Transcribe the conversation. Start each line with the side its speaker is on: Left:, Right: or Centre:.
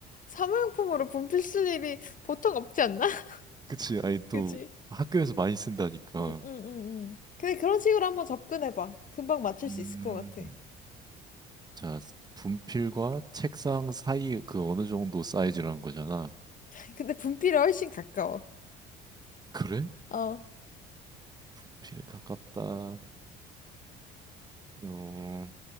Left: 사무용품으로 분필 쓸 일이 보통 없지 않나? <laughs>
Right: 그치. 아니, 또
Left: 그지?
Right: 학교에서 많이 쓴다니까.
Left: 응, 응, 응, 응. 근데 그런 식으로 한번 접근해봐. 금방 맞출
Right: 음,
Left: 수 있을 것 같아.
Right: 자, 분필과 책상 사이 그 어느 정도 사이즈라는 거잖아.
Left: <laughs> 근데 분필이 훨씬 가까워.
Right: 그래?
Left: 어.
Right: 분필에 가깝다. 어,